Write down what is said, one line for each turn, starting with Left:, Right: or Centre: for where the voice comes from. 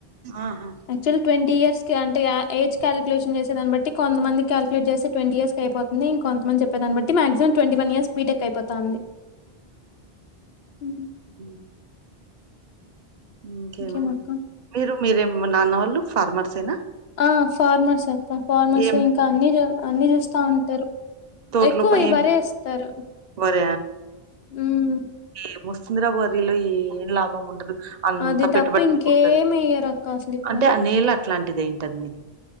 Right: ఆహా
Left: ఆక్చువల్ ట్వంటీ ఇయర్స్ అంటే ఏజ్ క్యలేషన్ చేసేదాని బట్టి కొంత మంది క్యాల్కేట్ చేేస్తే ట్వంటీ ఇయర్స్కే అయిపో నేను కోంతమంది చెపేదాని బట్టి మాక్సిమమ్ టంటీ వన్ ఇయర్స్కి బీటెక్ అయిపోతాంది హూ
Right: ఉ ఇంకేమి
Left: ఇంకేమక్క
Right: మీరు మీరే నాన్న వాళ్ళు ఫార్మర్స్ ఏనా
Left: ఆ ఫార్మర్స్ అక్క ఫార్మర్సే
Right: ఏం
Left: ఇంకా అన్ని అన్ని చూస్త ఉంటారు
Right: తోట్లో
Left: ఎక్కువ
Right: <unintelligible>
Left: ఈ
Right: ఎం
Left: వరే ఏస్తారు
Right: వర
Left: ఉమ్
Right: ఏమోస్తుంద్ర వరిలో ఏం లాభం ఉండదు అంత
Left: అది
Right: పెట్టుబడి
Left: తప్ప
Right: <unintelligible>
Left: ఇంకేమి ఎయ్యరు అక్క అసలు ఇక్కడ
Right: అంటే ఆ నీల అట్లాంటిదేంటంనేది